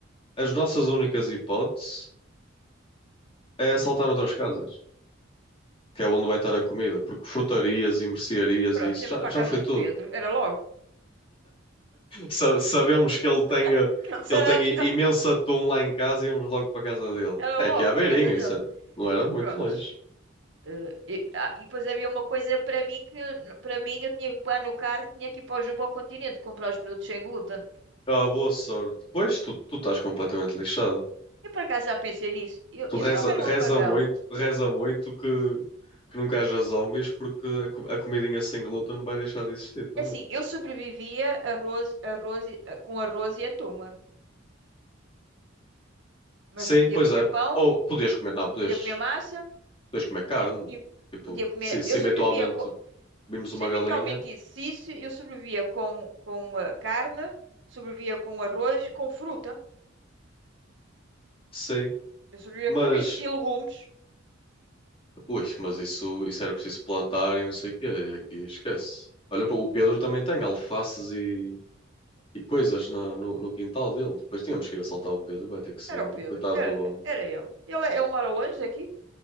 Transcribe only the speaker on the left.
as nossas únicas hipóteses é assaltar outras casas, que é onde vai estar a comida, porque frutarias e mercearias
e isso
já,
já
foi tudo.
Sa- Sabemos que ele tem,
eh,
que ele tem i-
imenso atum lá em casa e íamos logo para a casa dele.
É
que é à
beirinha,
isso é- não era muito
longe.
Ah, boa sorte. Pois, tu, tu estás completamente lixado.
Tu
reza,
reza
muito, reza muito que, que nunca haja zombies porque a, co- a comidinha sem glúten não vai deixar de existir também.
Sim,
pois
é.
Ou podias comer, não,
podias,
podias comer carne.
Tipo,
se, se
eventualmente
vimos
uma
galinha,
sim.
Mas.
Ui, mas isso, isso era preciso plantar e não sei o quê, e aqui esquece. Olha, pô, o Pedro também tem alfaces e, e coisas na- no, no quintal dele. Depois tínhamos que ir assaltar o Pedro, vai ter que ser,
né?
Coitado
do homem.